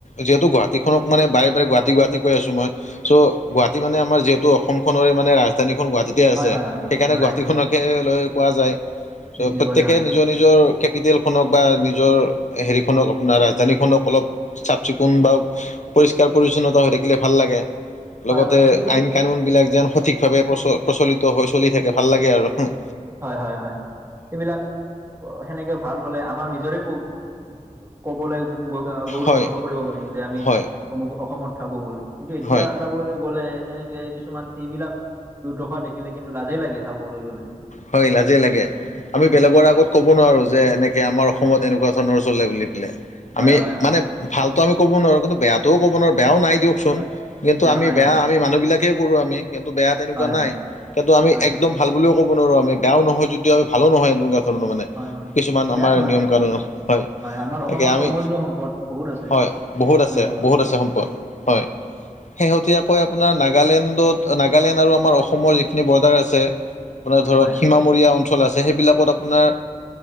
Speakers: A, on the left; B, on the right.
A: যিহেতু গুৱাহাটীখনক মানে বাৰে বাৰে গুৱাহাটী গুৱাহাটী কৈ আছো মই। চ' গুৱাহাটী মানে আমাৰ যিহেতু অসম খনেৰে মানে ৰা। ধানীখন গুৱাহাটীতে আছে
B: হয়, হয়, হয়,
A: সেইকাৰণে
B: হয়,
A: গুৱাহীখনকে লৈ কোৱা যায়
B: বেছিকে
A: প্ৰতেকে
B: কৰা হয়।
A: নিজ নিজ। জৰ কেপিটেলখনক নিজৰ হেৰিক। <inaudible> আপোনাৰ ৰাজধানীখনক অলপ চাফ চিকুণ বা। পৰিষ্কাৰ পৰিচ্ছন্নাটা হৈ থাকিলে ভাল লাগে। লগতে
B: হয়, হয়, সেইবিলাক
A: আইন কানুন বিলাক যেন সঠিকভাৱে প্ৰচ প্ৰচলিত হৈ চলি থাকে ভাল লাগে আৰু হো।
B: হয় হয় হয় সেবিলাক সেনেকে ভাল হলে আমাৰ নিজৰে <inaudible> ক'বলৈ গৌৰৱ
A: হয়
B: অনুভৱ কৰিব পাৰিম যে আমি
A: হয়
B: অমুকত অসমত থাকো বুলি। কিন্তু এতিয়া
A: হয়
B: চাবলৈ গ'লে এনেক। কে কিছুমান এইবিলাক দুৰ্দৰ্শা দেখিলে কিন্তু লাজেই লাগে চাবলৈ গ'লে।
A: হয় লাজেই লাগে
B: হয়
A: আমি
B: হয়
A: বেলেগৰ আগত কব নোৱাৰো যে এনেকে আমাৰ অসমত
B: হয়
A: এনেকুৱা। সৰু লৰা ছোৱালীলৈ বুলি পেলে
B: হয়
A: আমি
B: হয় হয়
A: মানে ভালতো আমি ক'ব নোৱাৰো কিন্তু বেয়াটোও ক'ব নোৱাৰো বেয়াও নাই দিয়ক। চোন
B: হয়
A: কিন্তু
B: বেয়াও
A: আমি
B: নাই
A: বেয়া
B: হয়
A: আমি মানুহ বিলাকে কৰো আমি। কিন্তু বেয়া তেনেকুৱা
B: হয় হয়
A: নাই কিন্তু আমি
B: হয়
A: একদম
B: হয়
A: ভাল বুলিও ক'ব নোৱাৰো আমি বেয়াও নহয় যদিও ভালো নহয় এনেকুৱা। <inaudible> মানে
B: হয় হয়
A: কিছুমান
B: বেয়া
A: আমাৰ
B: নহয়
A: নিয়ম কানুন হয়
B: আমাৰ
A: তাকে
B: অসমতো
A: আমি
B: অমূল্য সম্পদ বহুত আছে
A: হয় বহুত আছে
B: এনেকুৱা
A: বহুত আছে সম্পদ
B: হয়
A: হয়। শেহতীয়াকৈ আপোনাৰ নাগালেণ্ডত নাগালেণ্ড আৰু আমাৰ অসমৰ যিখিনি বৰ্ডাৰ আছে। আপোনাৰ ধৰক
B: হয়
A: সীমামূৰীয়া অঞ্চল আছে সেইবিলাকত আপোনাৰ